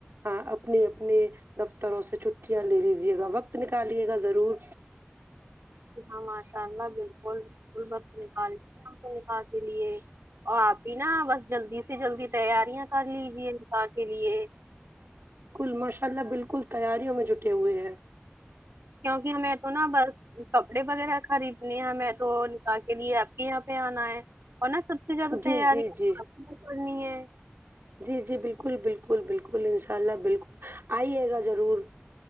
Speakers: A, on the right (about 60°); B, on the right (about 75°).
A: آ اپنے اپنے دفتروں سے چھٹیاں لے لیجے گا وقت نکالیے گا ضرور
B: ج ہاں ماشاء اللہ بالکل بالکل وقت نکال ہم کو نکاح کے لیے اور آپ بھی نا بس جلدی سے جلدی تیار <unintelligible> کر لیجیے نکاح کے لیے
A: مشاء اللہ بالکل تیاریوں میں جٹے ہوئے ہیں
B: کیونکہ ہمیں تو نا بس کپڑے وغیرہ خریدنے ہیں ہمیں تو نکاح کے لیے آپ کے یہاں پہ آنا ہے اور نا سب اتنی زیادہ
A: جی
B: تیاری
A: جی جی
B: اپن کو کرنی ہے
A: جی جی بالکل بالکل بالکل انشاءاللہ بالکل آئیے گا ضرور